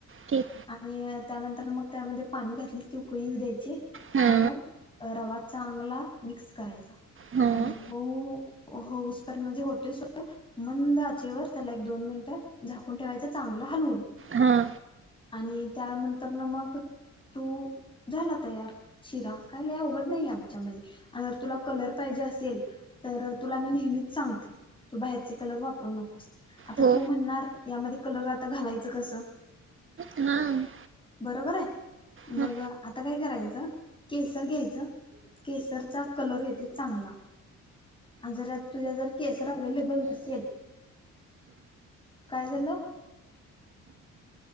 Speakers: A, on the right; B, on the left.
A: ठीक
B: आणि त्यानंतर मग त्यामध्ये पाणी घातलीस की उकळी येऊ द्यायची
A: हां
B: आणि मग रवा चांगला मिक्स करायचा.
A: हां
B: आणि मऊ होऊसपर्यंत म्हणजे होतोय सोड मंद आचेवर त्याला एक दोन मिनिटं झाकून ठेवायचं चांगलं हलवून
A: हां
B: आणि त्यानंतर ना मग तू झाला तयार शिरा काय लय अवघड नाहीये. त्याच्यामध्ये आता तुला कलर पाहिजे असेल तर तुला मी नेहमी सांगते तू बाहेरचे कलर वापरू नकोस आता
A: हो
B: तू म्हणणार यामध्ये कलर आता घालायचं कसं
A: हां
B: बरोबर आहे.
A: हां
B: मग आता काय करायचं केसर घ्यायचं केसरचा कलर येतोय चांगला आणि जर तुझ्या जर केस रं अवेलेबल नसेल काय झालं.